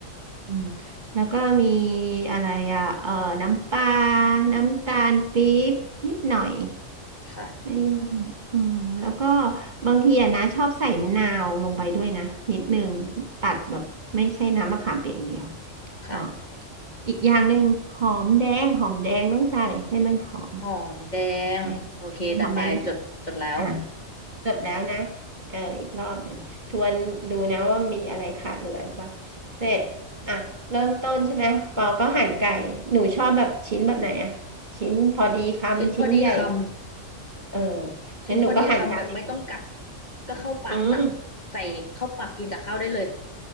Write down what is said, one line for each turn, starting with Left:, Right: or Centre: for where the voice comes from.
Right: อืมแล้วก็มีอะไรอะเออน้ำปลาน้ำตาลปี๊บนิดหน่อย
Left: ค่ะ
Right: ไม่อืมแล้วก็บางทีอะนะชอบใส่มะนาวลงไปด้วยนะนิดนึงตัดแบบไม่ใช่น้ำมะขามเปียกอย่างเดียว
Left: ค่ะ
Right: อ๋ออีกอย่างหนึ่งหอมแดงหอมแดงต้องใส่ให้มันหอม
Left: หอมแดงโอเคจัดไปจดจดแล้ว
Right: แดงหอมแดงอ่ะจดแล้วนะเอออีกรอบหนึ่งทวนดูนะว่ามีอะไรขาดเหลืออีกว่าเสร็จอ่ะเริ่มต้นใช่ไหมปอก็หั่นไก่หนูชอบแบบชิ้นแบบไหนอะชิ้นพอดีคำชิ้นใหญ่
Left: ชิ้นพอดีคำ
Right: เออ
Left: ชิ้นพอดีคำแบบไม่ต้องกัด
Right: งั้นหนูก็หั่นตาม
Left: ก็เข้าปากตักใส่เข้าปากกินกับข้าวได้เลย
Right: อืม